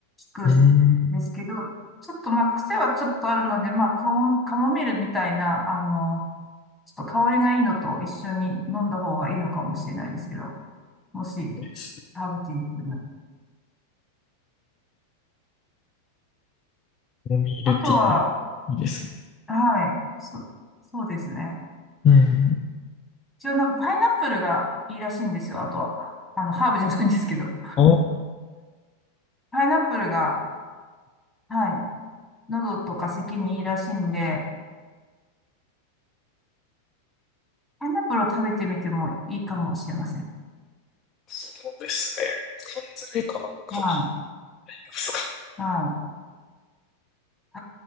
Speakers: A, in the centre; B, on the left.
A: くんですけど、
B: うん。
A: ちょっとまあ、癖はちょっとあるので、まあ、カモ、カモミールみたいな、あの、ちょっと香りがいいのと一緒に飲んだ方がいいのかもしれないですけど、もし、
B: です。
A: ハーブティーにするなら。
B: カモミールティー、
A: あとは、
B: いいですね。
A: はい、そ、そうですね。
B: うん。
A: 一応なんかパイナップルがいいらしいんですよ、あとは。あの、ハーブじゃないんですけど。
B: ああ、
A: パイナップルが、はい、喉とか咳にいいらしいんで、パイナップルを食べてみてもいいかもしれません。
B: そうですね。缶詰かなんかで
A: は
B: すか。
A: い。うん、<laughs>